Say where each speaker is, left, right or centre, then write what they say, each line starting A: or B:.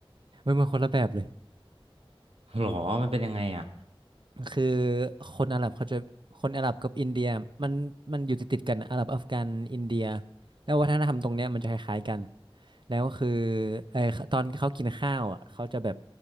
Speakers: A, on the right (about 55°); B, on the right (about 80°).
A: เว้ยมันคนละแบบเลย
B: <laughs> หรอมันเป็นยังไงอ่ะ
A: คือคนอาหรับเขาจะคนอาหรับกับอินเดียมันมันอยู่ติดติดกันนะอาหรับอัฟกันอินเดียแล้ววัฒนธรรมตรงเนี้ยมันจะคล้ายๆกันแล้วคือเออตอนเขากินข้าวอ่ะเขาจะแบบ